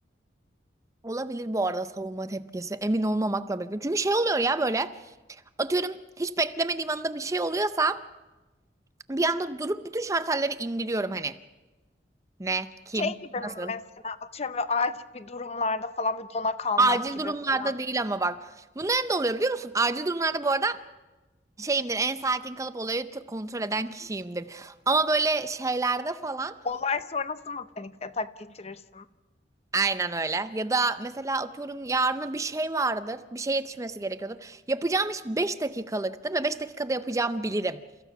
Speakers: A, on the right; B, on the left.
A: Olabilir bu arada savunma tepkisi. Emin olmamakla birlikte. Çünkü şey oluyor ya böyle. Atıyorum hiç beklemediğim anda bir şey oluyorsa bir anda durup bütün şartelleri indiriyorum hani. Ne? Kim?
B: Şey gibi
A: Nasıl?
B: mi mesela atıyorum böyle acil bir durumlarda falan bir dona kalmak
A: Acil
B: gibi
A: durumlarda
B: falan.
A: değil ama bak. Bunların da oluyor biliyor musun? Acil durumlarda bu arada şeyimdir en sakin kalıp olayı t- kontrol eden kişiyimdir. Ama böyle şeylerde falan
B: Olay sonrası mı panik atak geçirirsin?
A: aynen öyle. Ya da mesela atıyorum yarına bir şey vardır. Bir şey yetişmesi gerekiyordur. Yapacağım iş 5 dakikalıktır ve 5 dakikada yapacağımı bilirim.